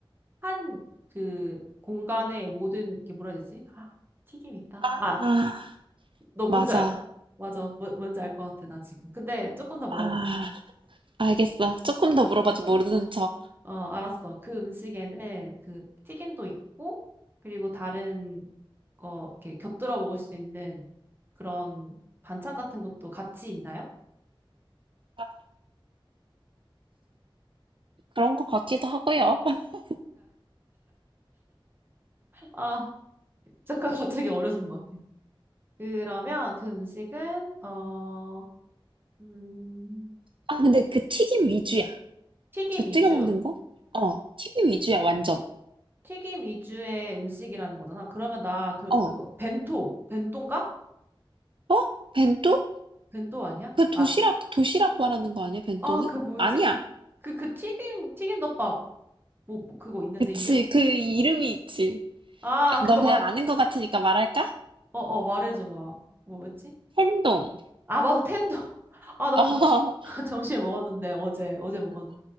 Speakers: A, on the right; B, on the right.
A: 한 그 공간의 모든 게 뭐라 해야 되지? 아, 튀김 있다.
B: 아
A: 아, 너 뭔지
B: 맞아
A: 알, 맞아. 뭐- 뭔지 알 것 같아, 나 지금. 근데 조금 더 물어볼게.
B: 아 알겠어 조금 더 물어봐도 모르는 척
A: 어, 알았어. 그 음식에는 그 튀김도 있고, 그리고 다른 거 이렇게 곁들여 먹을 수 있는 그런 반찬 같은 것도 같이 있나요?
B: 아, 그런 것 같기도 하고요 <laughs>
A: 아, 잠깐 <laughs> 갑자기 어려지는 것 같아. 그러면 그 음식은, 어, 음,
B: 아 근데 그 튀김 위주야
A: 튀김
B: 곁들여
A: 위주.
B: 먹는 거? 어 튀김 위주야 완전
A: 튀김 위주의 음식이라는 거잖아. 그러면 나 그
B: 어
A: 그거 벤토 벤토인가?
B: 어? 벤또?
A: 벤토 아니야?
B: 그 도시락
A: 아,
B: 도시락 말하는 거 아니야 벤또는?
A: 아, 그 뭐지?
B: 아니야
A: 그그 그 튀김 튀김덮밥 뭐, 뭐 그거 있는데
B: 그치,
A: 이름?
B: 그 이름이 있지.
A: 아,
B: 아,
A: 그거
B: 너 그냥
A: 맞.
B: 아는 것 같으니까 말할까?
A: 어, 어, 말해줘 봐. 뭐였지?
B: 텐동.
A: 아, 맞아. 텐더. <laughs> 아, 나 그거
B: 어, <laughs>
A: 주- <laughs> 점심에 먹었는데 어제 어제 먹었는데